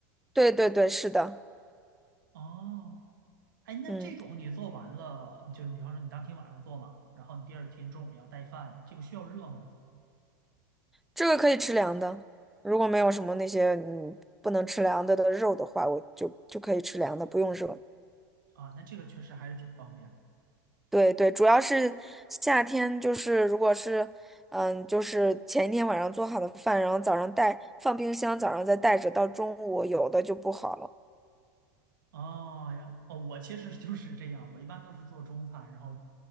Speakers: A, in the centre; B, on the right.
A: 对对对，是的，
B: 哦。哎，那这种你做完了，
A: 嗯，
B: 就是比方说你当天晚上做嘛，然后你第二天中午要带饭，这个需要热吗？
A: 这个可以吃凉的。如果没有什么那些嗯不能吃凉的的肉的话，我就就可以吃凉的，不用热。
B: 啊，那这个确实还是挺方便的。
A: 对对，主要是夏天，就是如果是，嗯，就是前一天晚上做好的饭，然后早上带，放冰箱，早上再带着，到中午有的就不好了。
B: 哦呀哦，我其实就是这样，我一般都是做中餐，然后